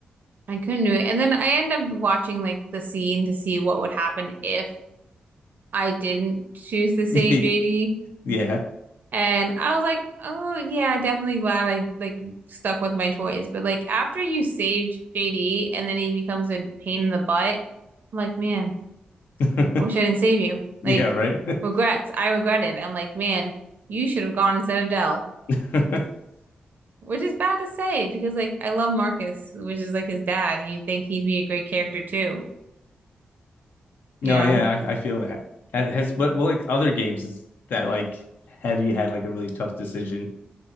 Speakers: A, on the right; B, on the left.
A: I couldn't do it. And then I ended up watching like the scene to see what would happen if I didn't choose to save
B: <laughs>
A: JD.
B: Yeah.
A: And I was like, "Oh yeah, definitely glad I like stuck with my choice." But like after you saved JD and then he becomes a pain in the butt, I'm like, "Man,
B: <laughs>
A: I wish I didn't save you. Like,
B: Yeah, right.
A: regrets. I regret it. I'm like, man, you should have gone instead of Dell.
B: <laughs>
A: Which is bad to say because, like, I love Marcus, which is like his dad, and you'd think he'd be a great character too, you
B: No,
A: know?
B: yeah, I, I feel that. Ha- Has what what like other games is that like have you had like a really tough decision?